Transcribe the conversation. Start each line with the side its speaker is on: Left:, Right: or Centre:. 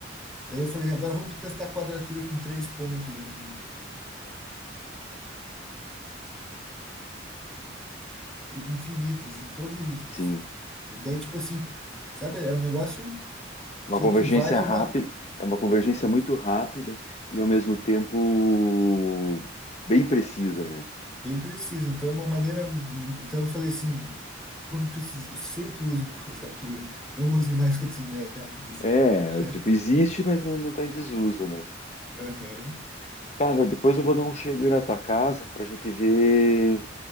Centre: Daí eu falei, agora vamos testar a quadratura com três pontos aqui. infinito, assim, todos
Left: sim.
Centre: os. Daí, tipo assim, sabe, é um negócio
Left: Uma
Centre: que
Left: convergência
Centre: equivale a
Left: rápida,
Centre: uma
Left: é uma convergência muito rápida e ao mesmo tempo bem precisa, né?
Centre: bem precisa. Então, é uma maneira. Então, eu falei assim, quando preciso, sempre usem <laughs> quadratura, não usem mais outros métodos.
Left: É,
Centre: <laughs>
Left: tipo, existe, mas não, não tá em desuso, né?
Centre: Aham.
Left: Cara, depois eu vou dar um chego aí na tua casa pra gente ver